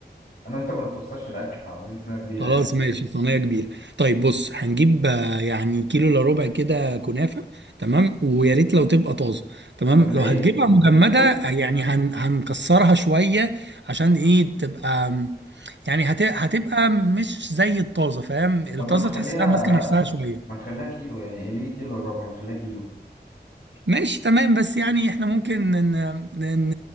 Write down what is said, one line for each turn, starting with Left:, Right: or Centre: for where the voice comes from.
Left: انا وانت ما بنتوصلش الاكل فعاوزين سنه كبيره
Right: خلاص
Left: يعني
Right: ماشي صينية كبيرة طيب بص هنجيب آه، يعني كيلو الا ربع كده كنافة تمام ويا ريت لو تبقى طازة تمام
Left: طب ليه
Right: لو هتجيبها
Left: ليه طب ما
Right: مجمدة
Left: نخليهم
Right: آه، يعني هن... هنكسرها شوية عشان ايه تبقى آم، يعني هت... هتبقى مش زي الطازة فاهم؟ الطازة
Left: طب ما نخليها
Right: تحسها ماسكة نفسها شوية
Left: ما نخليها كيلو يعني إيه ليه كيلو وربع ما نخليها كيلو
Right: ماشي تمام بس يعني احنا ممكن ن... ن...